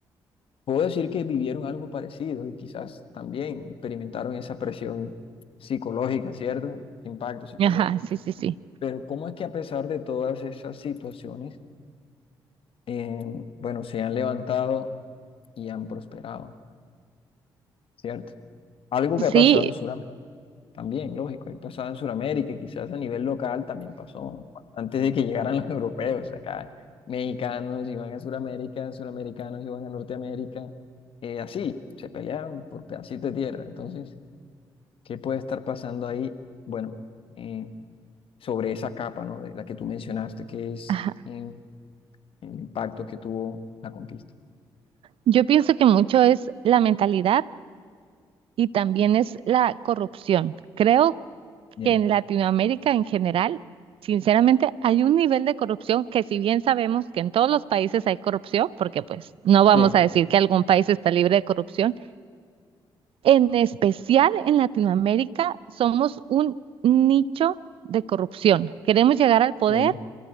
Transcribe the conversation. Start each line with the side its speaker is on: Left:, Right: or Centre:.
Left: Puedo decir que vivieron algo parecido y quizás también experimentaron esa presión psicológica, ¿cierto? Impacto psicológico.
Right: Ajá, sí, sí, sí.
Left: Pero ¿cómo es que a pesar de todas esas situaciones, eh, bueno, se han levantado y han prosperado, ¿cierto? Algo que
Right: Sí,
Left: ha pasado en Sudamérica también, lógico, ha pasado en Sudamérica y quizás a nivel local también pasó, ¿no? antes de que llegaran los europeos, acá mexicanos iban a Sudamérica, suramericanos iban a Norteamérica, eh, así, se peleaban por pedacitos de tierra. Entonces, ¿qué puede estar pasando ahí? Bueno, eh, sobre esa capa, ¿no? De la que tú mencionaste, que es
Right: ajá.
Left: eh, el impacto que tuvo la conquista.
Right: Yo pienso que mucho es la mentalidad y también es la corrupción. Creo
Left: Bien.
Right: que en Latinoamérica en general, sinceramente, hay un nivel de corrupción que si bien sabemos que en todos los países hay corrupción, porque pues no
Left: Sí,
Right: vamos a decir que algún país está libre de corrupción, en especial en Latinoamérica somos un nicho de corrupción. Queremos llegar al poder
Left: sí.